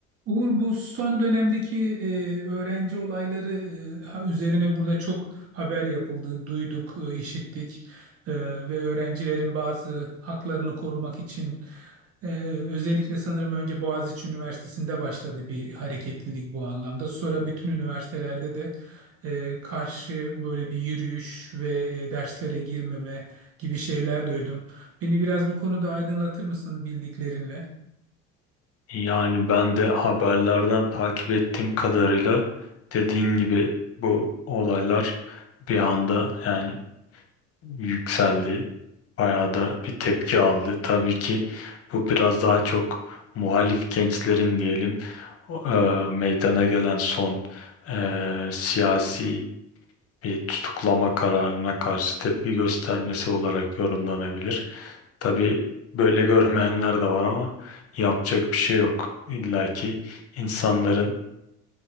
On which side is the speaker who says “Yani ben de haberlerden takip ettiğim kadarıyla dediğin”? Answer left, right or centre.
Left